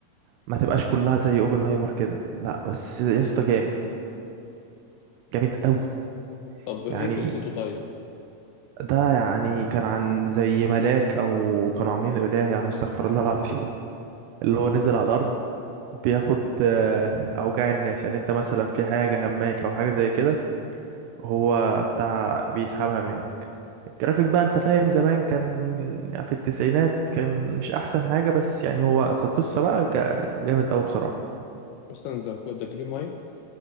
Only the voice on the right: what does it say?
ما تبقاش كلها زي اوبنهايمر كده لا بس يا اسطى جامد جامد قوي
يعني
ده يعني كان عن زي ملاك او كانوا عاملين اله يعني استغفر الله العظيم <laughs> اللي هو نزل على الارض بياخد آه، اوجاع الناس يعني انت مثلا في حاجه هماك او حاجه زي كده هو بتاع بيسحبها منك الجرافيك بقى انت فاهم زمان كان يعني في التسعينات كان مش احسن حاجه بس يعني هو كقصه بقى ك- جامد قوي بصراحه